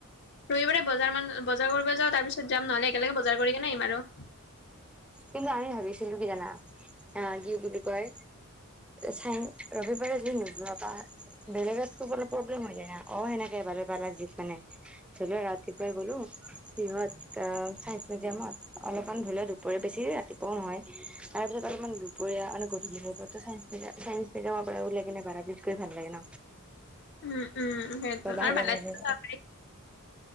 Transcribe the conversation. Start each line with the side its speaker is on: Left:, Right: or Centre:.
Left: ৰবিবাৰে বজাৰ মান বজাৰ কৰিব যাওঁ তাৰ পিছত যাম নহলে একেলগে বজাৰ কৰি কেনে আহিম আৰু।
Centre: কিন্তু আমি ভাবিছিলো কি জানা আ‌ কি বুলি কয় চাঙ ৰবিবাৰে যি নোযোৱা তা বেলেগ তো পৰা প্ৰব্লেম হয় এয়া ক সেনেকে বাৰে বাৰে জিপনে <unintelligible> ধৰিলোৱা ৰাতিপুৱাই গ'লো সিহঁত চাইন্স মিউজিয়ামত অলপমান ধৰি ল বৰ বেছি ৰাতিপুৱা নহয় তাৰপিছত অলপমান দুপৰীয়া মানে গধুলী চায়ন্স এটিএমৰ পৰা উলিয়াই কিনে ভৰাই দি কৈ ভাল লাগে ন
Left: উম উম সেইটো
Centre: বাহৰে
Left: আৰু বালাজীতো
Centre: বাহৰে
Left: যাব পাৰি